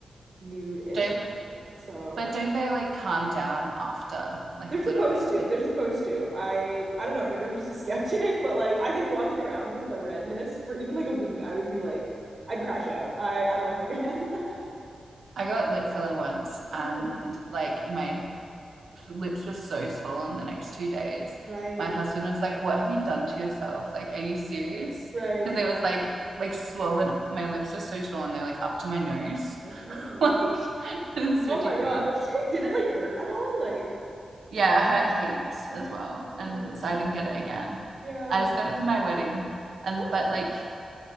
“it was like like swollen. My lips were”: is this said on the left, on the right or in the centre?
Right